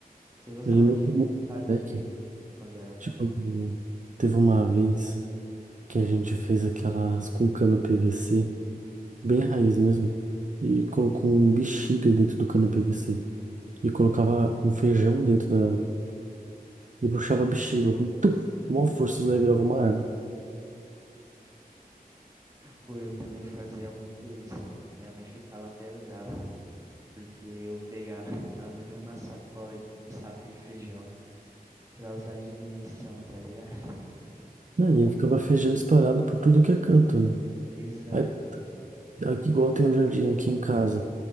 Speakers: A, on the right; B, on the right.
A: Você gostava
B: Eu lembro
A: de
B: que um
A: brincar do
B: moleque,
A: quê quando era menor?
B: tipo, teve uma vez que a gente fez aquelas com cano PVC, bem raiz mesmo, e colocou um bexiga dentro do cano PVC. e colocava um feijão dentro da. E puxava a bexiga com tum, com uma força, isso daí virava uma arma.
A: Pô, eu também fazia muito isso, velho. Minha mãe ficava até brava, porque eu pegava, <laughs> abria uma sacola, de, um saco de feijão pra usar de munição, tá ligado?
B: Aí eu ficava feijão espalhado por tudo que é canto, né?
A: <laughs> Exato,
B: Aí,
A: velho.
B: aqui, igual tem um jardim aqui em casa,